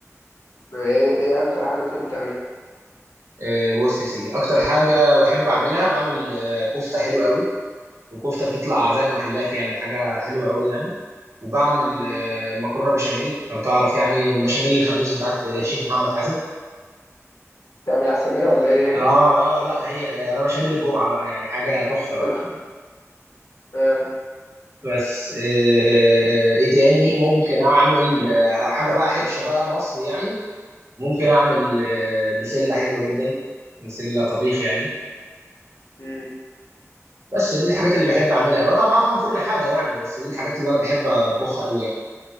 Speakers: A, on the left (about 65°); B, on the right (about 60°).
A: ايه ايه اكتر حاجه بتحب تعملها
B: آه، بص يا سيدي اكتر حاجه بحب اعملها بعمل آه، كفته حلوه قوي وكفته بتطلع زي المحلات يعني حاجه حلوه قوي يعني وبعمل
A: مم.
B: آه، مكرونه بشاميل لو تعرف يعني بشاميل الخميس بتاعت آه، شيف محمد حازم
A: تعمل احسن منها ولا ايه هي
B: اه اه لا هي يعني انا بشاميل الجمعه بقى يعني حاجه تحفه بقى
A: طب <laughs> آه.
B: بس آه، ايه تاني ممكن اعمل آه، حاجه بقى حرشه بقى مصري يعني ممكن اعمل آه، بسله حلوه جدا بسله طبيخ يعني
A: مم.
B: بس دي الحاجات اللي بحب اعملها بقى طبعا بفهم كل حاجه يعني بس دي الحاجات اللي انا بحب اطبخها قوي يعني